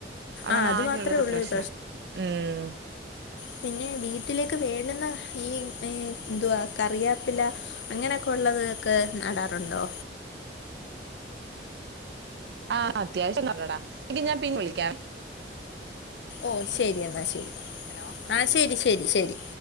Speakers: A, on the right; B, on the left.
A: അതാണ്
B: ആഹ് അത്
A: ആകെയുള്ളൊരു
B: മാത്രമേ ഉള്ളൂ
A: പ്രശ്നം.
B: ഒരു
A: ഉം
B: പിന്നെ വീട്ടിലേക്ക് വേണുന്ന ഈ ഏഹ് എന്തുവാ കറിയാപ്പില അങ്ങനൊക്കെ ഉള്ളത് ഒക്കെ നടാറുണ്ടോ?
A: ആഹ് അത്യാവശ്യം നടടാ. എങ്കി ഞാൻ പിന്നെ വിളിക്കാവെ.
B: ഓഹ് ശരി എന്നാ ശരി. ആഹ് ശരി ശരി ശരി